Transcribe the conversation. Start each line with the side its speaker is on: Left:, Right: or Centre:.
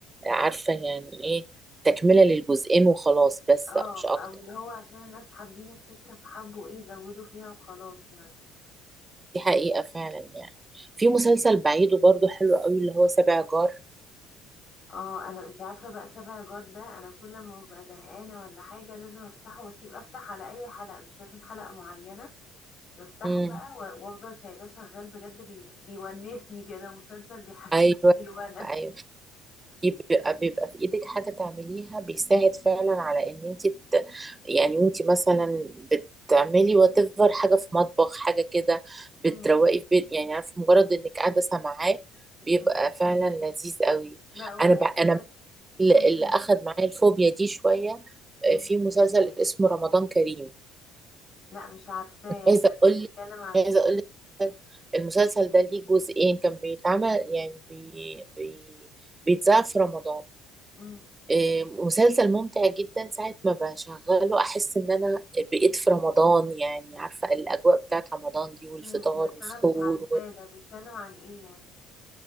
Right: عارفة يعني ايه تكملة للجزئين وخلاص بس
Left: اه
Right: مش اكتر
Left: أو اللي هو عشان الناس حابين الفكرة فحبوا ايه يزودوا فيها وخلاص يعني
Right: دي حقيقة فعلا يعني في مسلسل بعيده برضو حلو قوي اللي هو سبع جار
Left: اه انا انتي عارفة بقى سابع جار ده انا كل ما ببقى زهقانة ولا حاجة لازم افتحه واسيب افتح على اي حلقة مش لازم حلقة معينة بفتحه
Right: امم
Left: بقى و- وافضل سايباه شغال بجد بي... بيونسني كده مسلسل بيحسسني
Right: ايوه
Left: بالونس
Right: ايوه يبقى بيبقى في ايدك حاجة تعمليها بيساعد فعلا على ان انت ت... يعني وانت مثلا بتعملي whatever حاجة في مطبخ حاجة كده
Left: مم،
Right: بتروقي في بيت يعني عارفة مجرد انك قاعدة سامعاه بيبقى
Left: مم.
Right: فعلا لذيذ قوي
Left: لا ولا
Right: انا ب... انا
Left: بجد
Right: اللي
Left: قوليلي
Right: اللي اخد معايا الفوبيا دي شوية آه،
Left: مم.
Right: في مسلسل اسمه رمضان كريم
Left: لا مش عارفاه
Right: عايزة
Left: ده
Right: اقول
Left: بيتكلم
Right: لك
Left: عن
Right: عايزة
Left: ايه
Right: اقول لك المسلسل ده ليه جزئين كان بيتعمل يعني بي... بي... بيتذاع في رمضان
Left: مم.
Right: آم، مسلسل ممتع جدا ساعة ما بشغله أحس إن أنا بقيت في رمضان يعني عارفة الأجواء بتاعت رمضان دي والفطار
Left: امم بس
Right: والسحور
Left: انا مش عارفاه
Right: و...
Left: ده بيتكلم عن ايه يعني